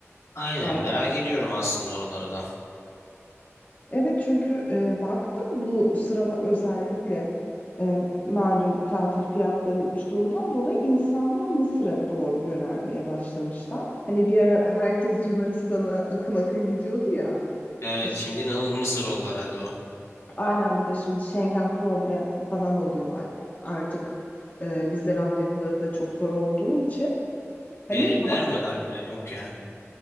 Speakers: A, on the left; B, on the left.
A: Aynen
B: hem
A: merak ediyorum aslında oraları da.
B: evet çünkü e, baktım bu sıralar özellikle e, malum tatil fiyatları uçtuğundan dolayı insanlar Mısır'a doğru yönelmeye başlamışlar. Hani bir ara herkes Yunanistan'a akın akın gidiyordu ya.
A: Evet
B: E, ş-
A: şimdi inanılmaz Mısır oldu herhalde o.
B: Aynen bir de şimdi Schengen problem falan oluyor artık. E, vize randevuları da çok zor olduğu için. Hani
A: Verim
B: ba-
A: vermiyorlar bile yok ya.